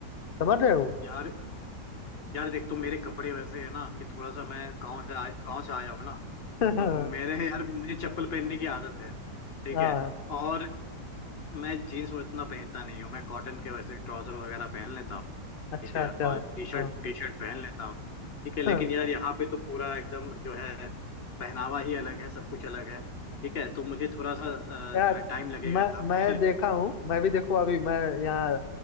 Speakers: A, on the left; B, on the left.
A: समझ रहे हो
B: यार यार देख तुम मेरे कपड़े वैसे है ना कि थोड़ा सा मैं गांव से आ, गांव से आया हूँ ना
A: <laughs>
B: तो मेरे यार मुझे चप्पल पहनने की आदत है ठीक
A: हाँ
B: है और मैं जीन्स उतना पहनता नहीं हूँ मैं कॉटन के वैसे ट्राउजर वगैरह पहन लेता हूँ
A: अच्छा
B: ठीक है
A: अच्छा
B: और टी शर्ट
A: हाँ
B: टी शर्ट पहन लेता हूँ ठीक है लेकिन
A: हाँ।
B: यार यहाँ पे तो पूरा एकदम जो है पहनावा ही अलग है सब कुछ अलग है ठीक है तो मुझे थोड़ा सा
A: यार
B: अ, जो है टाइम लगेगा
A: मैं
B: यहाँ
A: मैं
B: पे
A: देखा
B: <laughs>
A: हूँ मैं भी देखो अभी मैं यहाँ